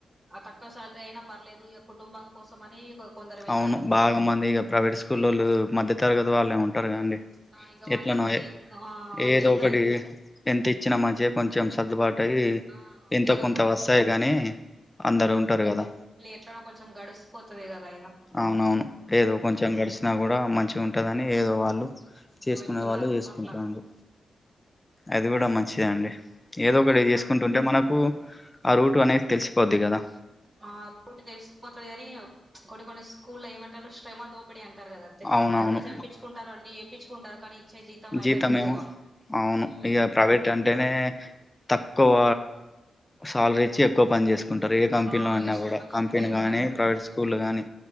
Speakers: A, on the right (about 25°); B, on the left (about 15°).
A: ఆ తక్కువ శాలరీ అయినా పర్లేదు ఇగ కుటుంబం కోసం అని కొందరు వెళ్తారు
B: అవును బాగా మంది ఇగ ప్రైవేట్ స్కూల్లోళ్ళు మధ్య తరగతి వాళ్ళే ఉంటారుగా అండి
A: ఆ ఇక వాళ్ళు
B: ఎట్లనోఎ
A: ఏంటిది ఆ
B: ఏదో
A: ఎంత
B: ఒకటియే ఏం తిచ్చిన మంచిగా కొంచెం సర్దుబా టయి
A: ఆ
B: ఎంతో
A: ఏదో
B: కొంత వస్తాయి కానీ అందరు ఉంటారు కదా
A: ఎట్లనో కొంచెం గడిసిపోతది కదా ఇగ
B: అవునవును ఏదో కొంచెం గడిసిన కూడా మంచిగా ఉంటదని ఏదో వాళ్ళు చేసుకునే
A: ఇక వెళ్తున్నారు
B: వాళ్ళు చేసుకుంటున్నారు
A: అట్లా
B: అది కూడా మంచిదే అండి ఏదో
A: కానీ
B: ఒకటి
A: దాంట్లో
B: చేసుకుంటుంటే మనకు ఆ రూటు అనేది తెలిసిపోద్ది కదా
A: మార్పు ఉంటే తెలిసిపోతది కాని కొన్ని కొన్ని స్కూల్ ఏమంటారు శ్రమ తో ఇప్పుడే అంటారు కదాతే
B: అవునవును
A: అన్ని చెప్పించుకుంటారు అన్ని ఏయిపిచ్చుకుంటారు కానీ ఇచ్చే జీతం అయితే
B: జీత
A: తక్కువ
B: మేము అవును
A: ఉమ్
B: ఇగ ప్రైవేట్ తంటేనె తక్కువ శలరీచ్చి ఎక్కువ పనిచేస్ కుంటారు ఏ కంపెనీలో
A: ఆ
B: అన్నా
A: ఇగ శ్రమ
B: కూడా
A: దోపిడీ
B: కంపెనీ
A: అయితది
B: కానీ,
A: అక్కడ
B: ప్రైవేట్ స్కూళ్ళ కానీ